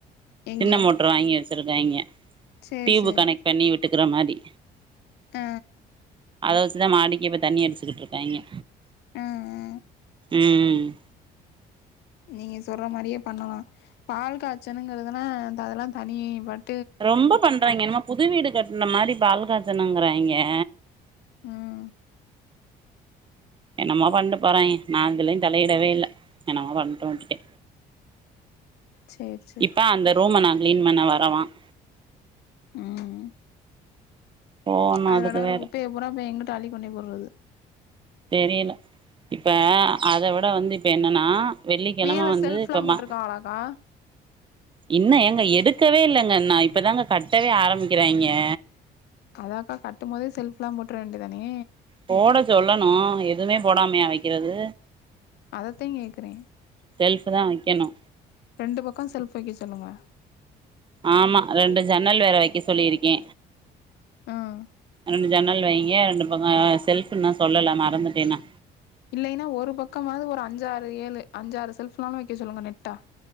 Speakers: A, on the left (about 75°); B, on the right (about 30°).
A: எங்க
B: சின்ன மோட்ரு வாங்கி வச்சுருக்காங்கெ
A: சேரி
B: ட்யூப்
A: சேரி
B: கனெக்ட் பண்ணி விட்டுக்குற மாரி
A: ஆ
B: இத வச்சுதா மாடிக்கு இப்ப தண்ணி அடிச்சுக்கிட்ருக்காங்கெ
A: ஆ ஆ
B: ம்
A: நீங்க சொற்ற மாரியே பண்ணலா பால் காச்சனுங்கிறதுலா அந்த அதெல்லா தனி பட்
B: ரொம்ப பண்றாங்கெ என்னமோ புது வீடு கட்டுன மாரி பால் காச்சனுங்கறாங்கெ
A: ம்
B: என்னமோ பண்ட்டு போறாங்கெ நா எதுலயு தலயிடவே இல்ல என்னமோ பண்ட்டு விட்டுட்டே
A: சேரி சேரி
B: இப்ப அந்த ரூம நா க்ளீன் பண்ண வரவா <unintelligible>
A: ம்
B: போகணு
A: அதுல
B: அதுக்கு
A: கெடக்குற
B: வேற
A: குப்பைய பூரா இப்ப எங்குட்டு அள்ளி கொண்டோய் போட்றது
B: தெரியல இப்ப அத விட வந்து இப்ப என்னனா வெள்ளிக்கெழம
A: மேல
B: வந்து
A: செல்ஃப்லா
B: இப்பமா
A: போட்ருக்காங்களாக்கா
B: இன்ன ஏங்க எடுக்கவே இல்லங்க இன்ன இப்பதாங்க கட்டவே ஆரம்மிக்கிறாங்கெ
A: அதாக்கா கட்டும்போதே செல்ஃப்லா போட்ற வேண்டி தானே
B: போட சொல்லணு எதுமே போடாமயா வக்கிறது
A: அதத்தே கேக்குறே
B: செல்ஃபுதா வக்கெணு
A: ரெண்டு பக்க செல்ஃப் வெக்க சொல்லுங்க
B: ஆமா ரெண்டு ஜன்னல் வேற வக்கெ சொல்லிருக்கே
A: ம்
B: ரெண்டு ஜன்னல் வைங்க ரெண்டு பக்க செல்ஃபு இன்னு சொல்லல மறந்துட்டே நா
A: இல்லைனா ஒரு பக்கமாது ஒரு அஞ்சாறு ஏழு அஞ்சாறு செல்ஃபுனாலு வக்கெ சொல்லுங்க நெட்டா